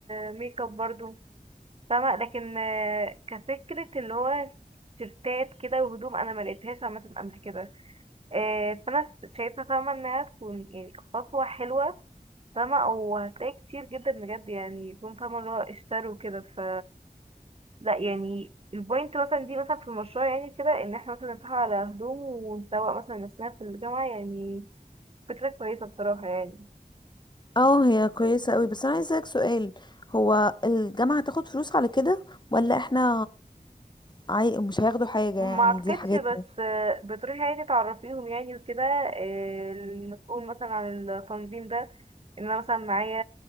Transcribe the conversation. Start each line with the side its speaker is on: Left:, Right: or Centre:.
Right: آه، ميك اب برضو فاهمة لكن آه، كفكرة اللي هو تيشيرتات كده وهدوم انا ما لقيتهاش عامة قبل كده آه، فانا شايفه فاهمه انها تكون يعني خطوه حلوه فاهمه وهتلاقي كتير جدا بجد يعني يكون فاهمه اللي هو اشتروا كده ف لا يعني البوينت مثلا دي مثلا في المشروع يعني كده ان احنا مثلا نتفق على هدوم ونسوق مثلا نفسنا في الجامعه يعني فكره كويسه بصراحه يعني
Left: اه هي كويسة قوي بس انا عايز اسألك سؤال هو الجامعة هتاخد فلوس على كده ولا احنا عاي... مش هياخدوا حاجة
Right: ما
Left: يعني
Right: اعتقدش
Left: دي حاجاتنا
Right: بس آه، بتروحي عادي تعرفيهم يعني وكده آه، المسؤول مثلا عن التنظيم ده ان انا مثلا معايا